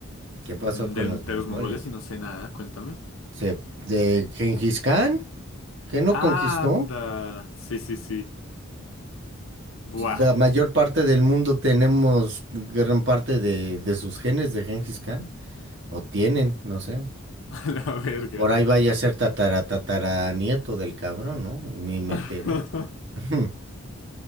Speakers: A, on the right (about 55°); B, on the left (about 70°).
A: ¿Qué pasó
B: Mm,
A: con
B: De,
A: los
B: de
A: mongoles?
B: los mongoles y no sé nada, cuéntame.
A: Se, de Gengis Khan, que no
B: Anda,
A: conquistó?
B: sí, sí, sí. Buah,
A: La mayor parte del mundo tenemos gran parte de, de sus genes de Gengis Khan, o tienen, no sé.
B: <laughs> a la verga.
A: Por ahí vaya a ser tatara, tatara nieto del cabrón, ¿no? Y ni me enteré.
B: <laughs>
A: <laughs>